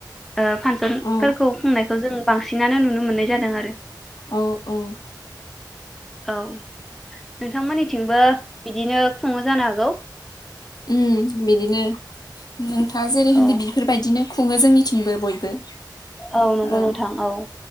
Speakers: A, in the centre; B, on the left.
A: ओ फांसनफोरखौ
B: औ
A: खुंनाय जों बांसिन नानो नुनो मोननाय जादों आरो
B: औ औ
A: औ नोंथांमोननिथिंबो बिदिनो खुङो जानो हागौ
B: उम बिदिनो नोंथाङा जेरै
A: औ
B: होनदो बेफोर बायदिनो खुङो जोंनिथिंबो बयबो
A: औ नंगौ
B: ओ
A: नोंथां औ